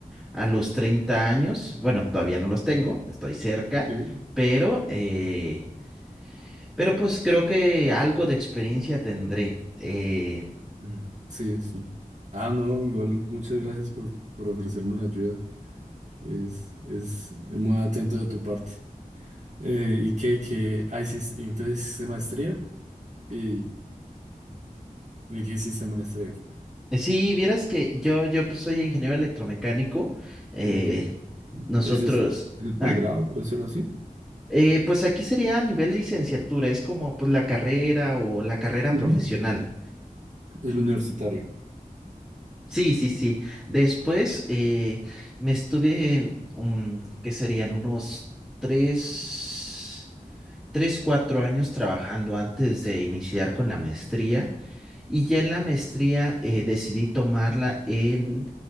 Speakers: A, in the centre; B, on the right.
A: a los 30 años. Bueno, todavía no los tengo, estoy cerca,
B: sí.
A: pero, eh, pero pues creo que algo de experiencia tendré. Eh,
B: Mm, Sí, sí. Ah, no, igual muchas gracias por, por ofrecerme la ayuda. Es, es muy atento de tu parte. Eh, ¿y qué, qué? Ah, hicis- entonces hiciste maestría. ¿Y de qué hiciste maestría?
A: Sí, vieras que yo, yo pues soy ingeniero electromecánico. eh,
B: Ok.
A: nosotros,
B: Ese es el pregrado,
A: ah,
B: por decirlo así.
A: eh, pues aquí sería a nivel licenciatura, es como pues la carrera o la carrera
B: Ujú.
A: profesional.
B: El universitario.
A: Sí, sí, sí. Después eh, me estuve, mm, que serían unos tres. tres, cuatro años trabajando antes de iniciar con la maestría y ya en la maestría eh, decidí tomarla en,